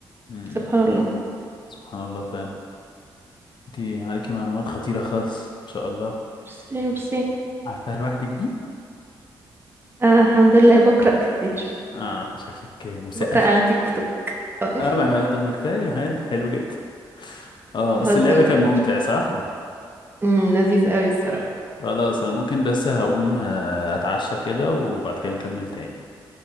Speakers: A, on the left (about 50°); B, on the right (about 25°).
A: مم.
B: سبحان الله
A: سبحان الله فعلا انت عليكي معلومات خطيرة خالص ما شاء الله
B: ميرسي ميرسي
A: عارفاها لوحدك دي
B: آه الحمد لله بقرأ كتير
A: اه شكلك مثقفة
B: بقرأ على تيك توك <laughs>
A: اه ما طب ما كفاية حلو حلو جدا اه
B: بهزر
A: بس اللعبة كان ممتع صح؟
B: أمم، لذيذ قوي الصراحة
A: خلاص انا ممكن بس هقوم آه، اتعشى كده وبعد كده نكمل تاني